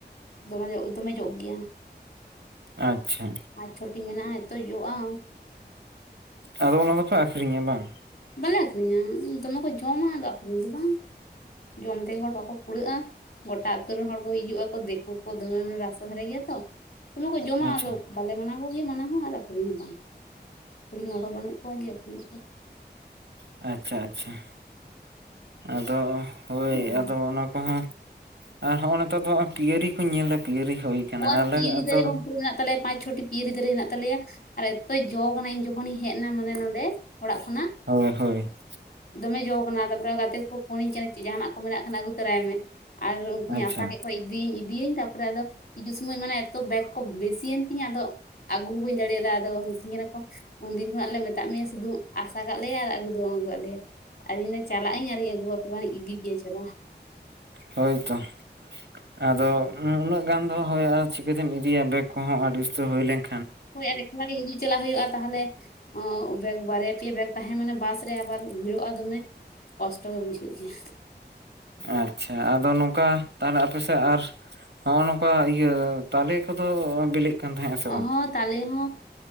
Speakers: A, on the left; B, on the right.
A: ᱫᱚᱢᱮ ᱫᱚᱢᱮ ᱡᱚᱜ ᱜᱮᱭᱟ᱾
B: ᱟᱪᱪᱷᱟ᱾
A: ᱯᱟᱪ ᱪᱷᱳᱴᱤ ᱢᱮᱱᱟᱜᱼᱟ, ᱮᱛᱚ ᱡᱚᱜᱼᱟ ᱾
B: ᱟᱫᱚ ᱚᱱᱟ ᱫᱚᱯᱮ ᱟᱹᱠᱷᱚᱨᱤᱧᱟ ᱵᱟᱝ?
A: ᱵᱟᱞᱮ ᱟᱹᱠᱷᱨᱤᱧᱼᱟ, ᱫᱚᱢᱮ ᱠᱚ ᱡᱚᱢᱟ᱾ ᱟᱫᱚ ᱟᱹᱠᱷᱨᱤᱧᱟ ᱫᱚ ᱵᱟᱝ, ᱡᱚᱢ ᱛᱮᱜᱮ ᱦᱚᱲ ᱵᱟᱠᱚ ᱠᱩᱲᱟᱹᱣᱼᱟ ᱾ ᱜᱚᱴᱟ ᱟᱹᱛᱩ ᱨᱮᱱ ᱦᱚᱲ ᱠᱚ ᱦᱤᱡᱩᱜ ᱟᱠᱚ᱾ ᱫᱤᱠᱩ ᱠᱚ ᱫᱚᱢᱮ ᱢᱟᱱᱮ ᱨᱟᱥᱛᱟ ᱫᱷᱟᱨᱮ ᱜᱮᱭᱟ ᱛᱚ᱾ ᱫᱚᱢᱮ ᱠᱚ ᱡᱚᱢᱟ᱾
B: ᱟᱪᱪᱷᱟ
A: ᱟᱫᱚ ᱵᱟᱞᱮ ᱢᱟᱱᱟ ᱠᱚ ᱜᱮᱭᱟ, ᱢᱟᱱᱟ ᱦᱚᱸ, ᱟᱨ ᱟᱹᱠᱷᱨᱤᱧ ᱦᱚᱸ ᱵᱟᱝ ᱟᱹᱠᱷᱨᱤᱧ ᱦᱚᱲ ᱦᱚᱸ ᱵᱟᱹᱱᱩᱜ ᱠᱚᱣᱟ, ᱡᱮ ᱟᱹᱠᱷᱨᱤᱧ ᱟᱠᱚ ᱾
B: ᱟᱪᱪᱷᱟ, ᱟᱪᱪᱷᱟ, ᱟᱫᱚ ᱦᱳᱭ
A: ᱡᱚᱢ
B: ᱟᱫᱚ ᱚᱱᱟ ᱠᱚᱦᱚᱸ ᱟᱨ ᱦᱚᱭᱼᱚᱭ ᱱᱤᱛᱟᱨ ᱫᱚ ᱯᱤᱭᱟᱹᱨᱤ ᱠᱩᱧ ᱧᱮᱞ ᱮᱫᱟ, ᱯᱤᱭᱟᱹᱨᱤ ᱦᱩᱭ ᱠᱟᱱᱟ
A: ᱚ ᱟᱨ
B: ᱟᱞᱮ
A: ᱯᱤᱭᱟᱹᱨᱤ
B: ᱟᱛᱳ
A: ᱫᱟᱨᱮ
B: ᱨᱮᱦᱚᱸ
A: ᱦᱚᱸ ᱯᱩᱨᱟᱹ ᱢᱮᱱᱟᱜ ᱛᱟᱞᱮᱭᱟ᱾ ᱯᱟᱸᱪ-ᱪᱷᱚᱴᱤ ᱯᱤᱭᱟᱹᱨᱤ ᱫᱟᱨᱮ ᱢᱮᱱᱟᱜ ᱛᱟᱞᱮᱭᱟ᱾ ᱟᱨ ᱮᱛᱚ ᱡᱚ ᱠᱟᱱᱟ᱾ ᱤᱧ ᱡᱚᱠᱷᱚᱱᱤᱧ ᱦᱮᱡ ᱮᱱᱟ ᱢᱟᱱᱮ ᱱᱚᱸᱰᱮ, ᱚᱲᱟᱜ ᱠᱷᱚᱱᱟᱜ
B: ᱦᱳᱭ, ᱦᱳᱭ ᱾
A: ᱫᱚᱢᱮ ᱡᱚ ᱠᱟᱱᱟ᱾ ᱛᱟᱨᱯᱚᱨᱮ ᱜᱟᱹᱛᱮ ᱠᱚ ᱯᱷᱳᱱᱤᱧ ᱠᱟᱱᱟ ᱪᱮ ᱡᱟᱦᱟᱱᱟᱜ ᱠᱚ ᱢᱮᱱᱟᱜ ᱠᱷᱟᱱ ᱟᱹᱜᱩ ᱛᱚᱨᱟᱭ ᱢᱮ᱾ ᱟᱨ ᱩᱱᱠᱩ ᱦᱚᱸᱧ
B: ᱟᱪᱪᱷᱟ
A: ᱟᱥᱟ ᱠᱮᱫ ᱠᱚᱣᱟ ᱤᱫᱤᱭᱟᱹᱧ ᱤᱫᱤᱭᱤᱹᱧ ᱛᱟᱨᱯᱚᱨᱮ ᱟᱫᱚ ᱦᱤᱡᱩᱜ ᱥᱚᱢᱚᱭ ᱢᱟᱱᱮ ᱮᱛᱚ ᱵᱮᱜᱽ ᱠᱚ ᱵᱮᱥᱤᱭᱮᱱ ᱛᱤᱧᱟᱹ, ᱟᱫᱚ ᱟᱹᱜᱩ ᱦᱚᱸ ᱵᱟᱹᱧ ᱫᱟᱲᱮᱭᱟ ᱮᱫᱟ᱾ ᱟᱫᱚ ᱢᱤᱛᱟᱹᱧ ᱠᱟᱱᱟ ᱠᱚ ᱩᱱ ᱫᱤᱱ ᱠᱷᱚᱱᱟᱜ ᱞᱮ ᱢᱮᱛᱟᱫ ᱢᱮᱭᱟ ᱥᱩᱫᱩᱢ ᱟᱹᱥᱟ ᱠᱟᱜ ᱞᱮᱭᱟ ᱟᱨ ᱟᱹᱜᱩ ᱫᱚ ᱵᱟᱝ ᱟᱹᱜᱩᱣᱟᱫ ᱞᱮᱭᱟ ᱾ ᱟᱫᱚ ᱤᱧ ᱫᱚ ᱪᱟᱞᱟᱜ ᱟᱹᱧ ᱟᱨᱤᱧ ᱟᱹᱜᱩᱣᱟᱯᱮ ᱵᱟᱝ, ᱤᱫᱤ ᱯᱮᱭᱟ ᱪᱚᱞᱚ
B: ᱦᱳᱭ, ᱛᱚ ᱾ ᱟᱫᱚ ᱩᱱᱟᱹᱜ ᱜᱟᱱ ᱫᱚ ᱦᱳᱭ ᱪᱤᱠᱟᱹᱛᱮᱢ ᱤᱫᱤᱭᱟ, ᱵᱮᱜᱽ ᱠᱚᱦᱚᱸ ᱟᱹᱰᱤ ᱩᱥᱛᱟᱹ ᱦᱩᱭ ᱞᱮᱱ
A: ᱦᱳᱭ ᱟᱨ ᱮᱠᱞᱟᱹ ᱜᱮ ᱦᱤᱡᱩᱜ ᱪᱟᱞᱟᱜ ᱦᱩᱭᱩᱜᱼᱟ, ᱛᱟᱦᱞᱮ ᱵᱮᱜᱽ ᱵᱟᱨᱭᱟ ᱯᱮᱭᱟ ᱵᱮᱜᱽ ᱛᱟᱦᱮᱸ ᱢᱟᱱᱮ ᱵᱟᱥ ᱨᱮ ᱟᱵᱟᱨ ᱵᱷᱤᱲᱚᱜᱼᱟ, ᱫᱚᱢᱮ ᱾ ᱠᱚᱥᱴᱚ ᱜᱮ ᱵᱩᱡᱷᱟᱹᱣ ᱜᱮᱭᱟ ᱾
B: ᱟᱪᱪᱷᱟ, ᱟᱫᱚ ᱱᱚᱝᱠᱟ ᱛᱟᱦᱞᱮ ᱟᱯᱮ ᱥᱮᱫ ᱟᱨ ᱱᱚᱜᱼᱚᱭ ᱱᱚᱝᱠᱟ ᱤᱭᱟᱹ ᱛᱟᱞᱮ ᱠᱚᱫᱚ ᱵᱤᱞᱤᱜ ᱠᱟᱱ ᱛᱟᱦᱮᱸᱜᱼᱟ ᱥᱮ
A: ᱚ
B: ᱵᱟᱝ?
A: ᱦᱚᱸ ᱛᱟᱞᱮ ᱦᱚᱸ